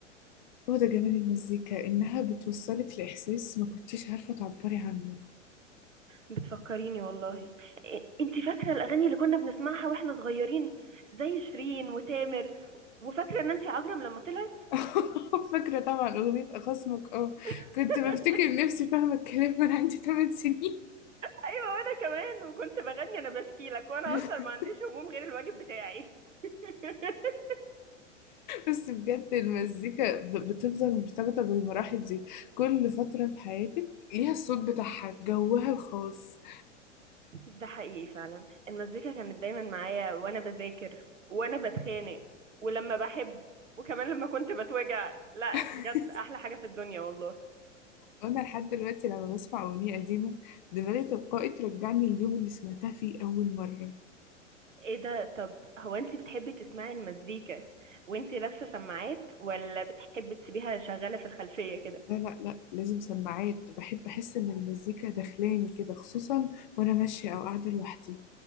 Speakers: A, on the left; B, on the right.
A: هو ده جمال المزيكا إنها بتوصلك لإحساس ما كنتيش عارفة تعبري عنه
B: بتفكريني والله إيه، انتي فاكره الاغاني اللي كنا بنسمعها واحنا صغيرين زي شيرين وتامر وفاكره نانسي عجرم لما طلعت
A: <laughs> فاكرة طبعا أغنية أخصمك اه
B: <laughs>
A: كنت بفتكر نفسي فاهمة الكلام وأنا عندي 8 سنين
B: ايوه وانا كمان وكنت بغني انا بشكي لك وانا
A: <laughs>
B: اصلا ما عنديش هموم غير الواجب بتاعي <laughs>
A: بس بجد المزيكا ب- بتفضل مرتبطة بالمراحل دي كل فترة في حياتك ليها الصوت بتاعها جوها الخاص
B: ده حقيقي فعلا المزيكا كانت دايما معايا وانا بذاكر وانا بتخانق ولما بحب وكمان لما كنت بتوجع لا
A: <laughs>
B: بجد احلى حاجه في الدنيا والله
A: وانا لحد دلوقتي لما بسمع اغنيه قديمه دماغي تلقائي ترجعني اليوم اللي سمعتها فيه اول مره
B: ايه ده طب هو انتي بتحبي تسمعي المزيكا وانتي لابسه سماعات ولا بتحبي تسيبيها شغاله في الخلفيه كده
A: لا لا لا لازم سماعات بحب احس ان المزيكا داخلاني كده خصوصا وانا ماشيه او قاعده لوحدي